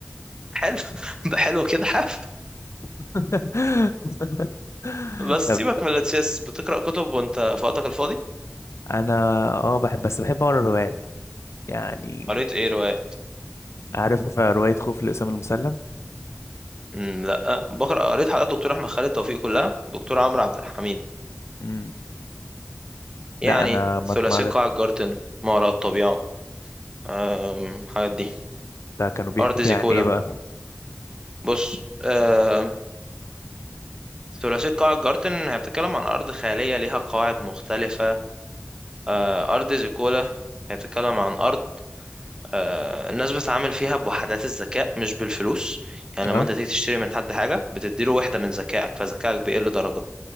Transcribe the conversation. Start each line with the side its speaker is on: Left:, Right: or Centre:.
Right: حلو <laughs> ده حلو كده حاف
Left: <laughs>
Right: بس
Left: طب
Right: سيبك من التشيس بتقرأ كتب وانت في وقتك الفاضي
Left: انا اه بحب بس بحب اقرا روايات يعني
Right: قريت ايه روايات
Left: عارف رواية خوف لأسامة المسلم
Right: امم لا بقرأ قريت حاجات دكتور احمد خالد توفيق كلها دكتور عمرو عبد الحميد
Left: مم.
Right: يعني
Left: لا انا ما
Right: ثلاثي
Left: اتمرت
Right: قاع الجارتن ما وراء الطبيعة أم، الحاجات دي
Left: كانوا بيحكوا
Right: أرض
Left: فيها
Right: زيكولا
Left: عن ايه بقى
Right: بص أم، ثلاثي قاع الجارتن هي بتتكلم عن أرض خيالية ليها قواعد مختلفة أه، أرض زيكولا هي بتتكلم عن أرض آه، الناس بتتعامل فيها بوحدات الذكاء مش بالفلوس يعني
Left: اه
Right: لما انت تيجي تشتري من حد حاجة بتديله وحدة من ذكائك فذكائك بيقل درجة